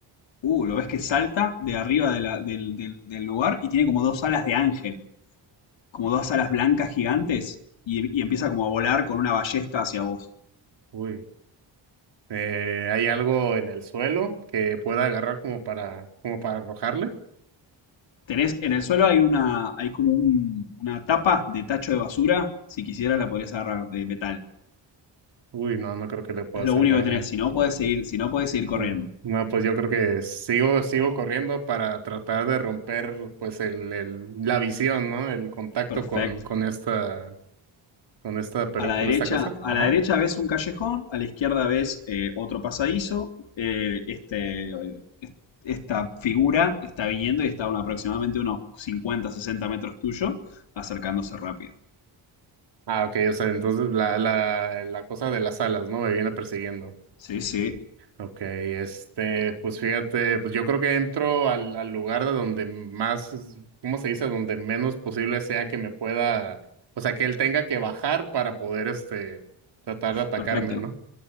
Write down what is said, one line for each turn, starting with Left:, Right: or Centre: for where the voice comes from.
Left: Uh, lo ves que salta de arriba de la- del, del- del lugar y tiene como dos alas de ángel, como dos alas blancas gigantes, y, y empieza como a volar con una ballesta hacia vos.
Right: Uy. Eh, ¿hay algo en el suelo que pueda agarrar como para, como para arrojarle?
Left: Tenés, en el suelo hay una, hay como un- una tapa de tacho de basura. Si quisieras la podrías agarrar de metal.
Right: Uy, no, no creo que le pueda
Left: Es
Right: hacer
Left: lo único
Right: daño.
Left: que tenés. Si no podés seguir, si no podés seguir corriendo.
Right: No, no, pues yo creo que sigo, sigo corriendo para tratar de romper pues el, el- la visión, ¿no? El contacto
Left: Perfecto.
Right: con, con esta, con esta, per-
Left: A la
Right: con
Left: derecha,
Right: esta cosa.
Left: a
Right: Ajá.
Left: la derecha ves un callejón, a la izquierda ves eh, otro pasadizo. Eh, este, est- esta figura está viniendo y está a un- aproximadamente unos 50 60 metros tuyo, acercándose rápido.
Right: Ah, ok, o sea, entonces la, la, la cosa de las alas, ¿no? Me viene persiguiendo.
Left: Sí, sí.
Right: Ok, este, pues fíjate, pues yo creo que entro al, al lugar de donde más, ¿cómo se dice? Donde menos posible sea que me pueda, o sea, que él tenga que bajar para poder, este, tratar de atacarme,
Left: Perfecto.
Right: ¿no?